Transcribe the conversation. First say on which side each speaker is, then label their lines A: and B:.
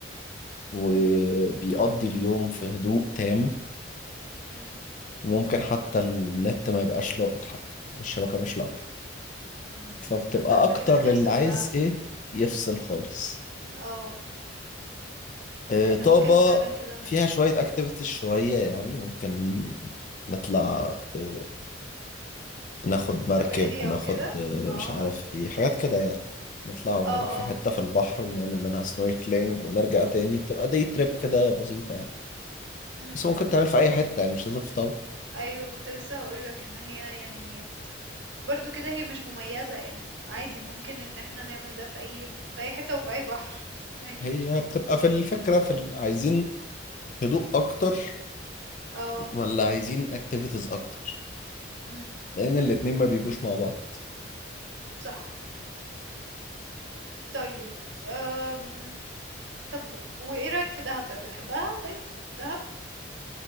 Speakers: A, on the left; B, on the right.
A: وبيقضي
B: امم
A: اليوم في هدوء تام
B: امم
A: وممكن حتى النت ما يبقاش لاقط حتى الشبكة مش لاقطة
B: أمم.
A: فبتبقى
B: طب ده احنا
A: أكتر
B: كده هنفصل
A: اللي عايز
B: فعلا
A: إيه يفصل خالص
B: اه
A: آه،
B: احنا
A: طابة
B: ممكن فعلا كده نفصل
A: فيها شوية أكتيفيتيز شوية يعني ممكن نطلع آه، ناخد
B: سفاري
A: مركب ناخد
B: او كده
A: آه،
B: اه
A: مش عارف إيه حاجات كده يعني نطلع ونروح
B: اه
A: في
B: اه
A: حتة في البحر ونعمل منها سنوركلينج ونرجع تاني بتبقى دي تريب كده بسيطة يعني
B: امم
A: بس ممكن تعمل في أي حتة يعني مش لازم في طابة
B: ايوه كنت لسه هقولك ان هي يعني برضو كده هي مش مميزة يعني عادي ممكن ان احنا نعمل ده في اي في اي حتة وفي اي بحر فاهمني
A: هي بتبقى في الفكرة في ال- عايزين هدوء أكتر
B: اه
A: ولا عايزين اكتيفيتيز اكتر
B: امم
A: لان الاتنين ما بيجوش مع بعض
B: صح طيب أم... طب وايه رأيك في دهب طيب بتحبها طيب دهب